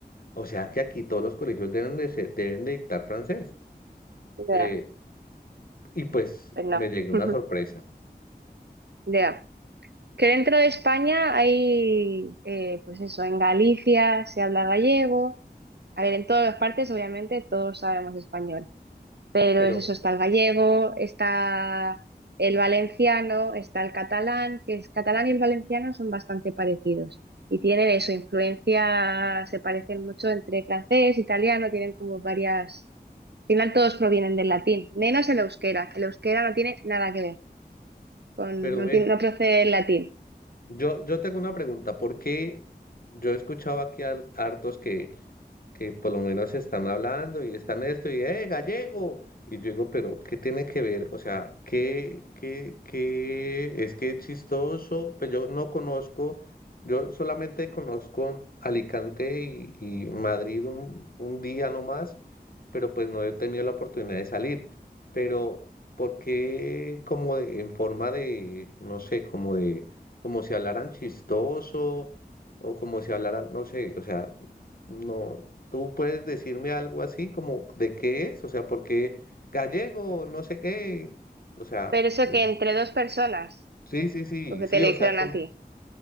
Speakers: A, on the left; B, on the right.
A: o sea que aquí todos los colegios deben de, ser- deben de dictar francés.
B: Ya,
A: Eh, y pues
B: pues no.
A: me llegué una
B: <laughs>
A: sorpresa.
B: Ya. Que dentro de España hay, eh, pues eso, en Galicia se habla gallego. A ver, en todas las partes, obviamente, todos sabemos español. Pero
A: Pero,
B: es eso, está el gallego, está el valenciano, está el catalán, que el catalán y el valenciano son bastante parecidos. Y tienen eso, influencia, se parecen mucho entre francés, italiano, tienen como varias... Al final todos provienen del latín, menos el euskera. El euskera no tiene nada que ver, con,
A: pero
B: no,
A: ven,
B: tiene, no procede del latín.
A: yo, yo tengo una pregunta. ¿Por qué yo he escuchado aquí a hartos que que por lo menos están hablando y están esto y, ¡eh, gallego! Y yo digo, pero ¿qué tiene que ver? O sea, ¿qué, qué, qué? Es que es chistoso, pues yo no conozco, yo solamente conozco Alicante y, y Madrid un, un día nomás, pero pues no he tenido la oportunidad de salir. Pero, ¿por qué como de- en forma de, no sé, como de, como si hablaran chistoso o como si hablaran, no sé, o sea... No, tú puedes decirme algo así como de qué es, o sea, porque gallego, no sé qué, o sea,
B: Pero eso
A: eh,
B: que entre dos personas,
A: sí, sí, sí,
B: lo que
A: sí,
B: te le
A: o
B: dijeron
A: sea, como,
B: a ti.